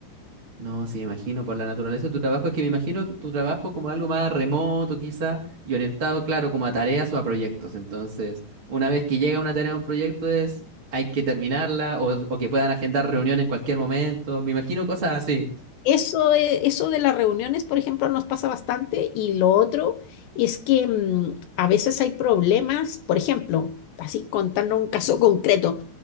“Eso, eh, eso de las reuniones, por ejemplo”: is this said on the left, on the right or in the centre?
Left